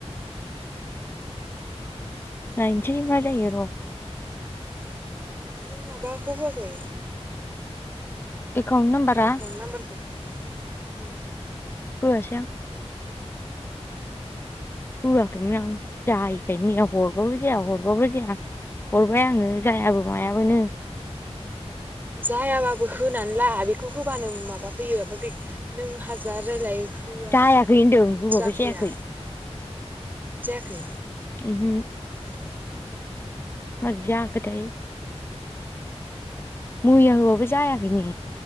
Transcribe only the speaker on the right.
हाबनानै
<inaudible> नों माबाखौ‌ होआखै?
एकाउन्ट नाम्बारखौ हो?
जायाबाबो होनानै ला बेखौ होबानो माबा फैयो ओमफाय बे नों हाजार रायलाय होआबा
जाफैया
जायाखै
आयया?